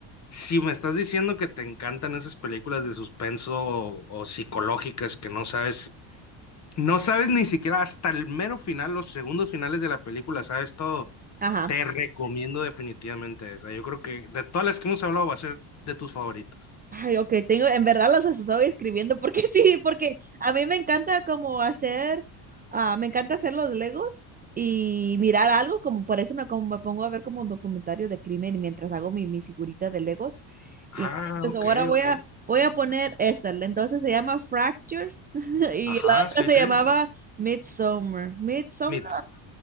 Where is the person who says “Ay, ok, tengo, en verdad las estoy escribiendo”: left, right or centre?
Right